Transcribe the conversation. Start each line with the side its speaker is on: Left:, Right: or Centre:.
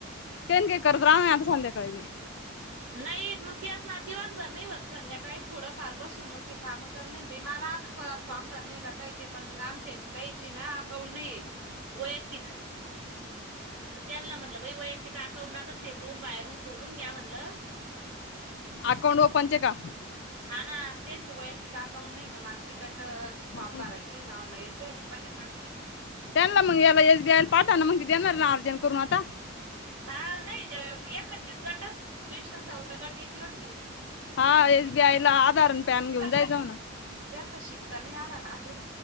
Left: तेन काय करत रहाव या आता संध्याकाळी बी.
Right: नाही मग तेच ना दिवसभर नाही होत संध्याकाळीच थोडं फार पासून मग ते कामं करणार बई मला आता फॉर्म भरने गटायचे पण मग आमच्या याची त्यायची ना अकाउंट नाहीये वैयक्तिक तर त्यांना म्हणलं बाई वैयक्तिक अकाउंट आताच येतो बाहेरून खोलून घ्या म्हणलं.
Left: अकाउंट ओपनचे का?
Right: हा ना त्यांचा वैयक्तिक अकाउंट नाही ना मला तिकट चे
Left: मग
Right: भरायचे नावून नाहीयेचे बचत गटाचे.
Left: त्यांना मग याला एस बी आय ला पावठाना मग ती देणार ना अर्जंट करून आता.
Right: हा नाही याकट्टस गटच स्पेशल सौथ गट एक दिवस घेऊन येई ना.
Left: हा एस बी आय ला आधार आणि
Right: त्यांचा
Left: पॅन घेऊन जायच
Right: शिक-
Left: म्हणा.
Right: त्यांचा शिक्का नाही आला का ना अजून?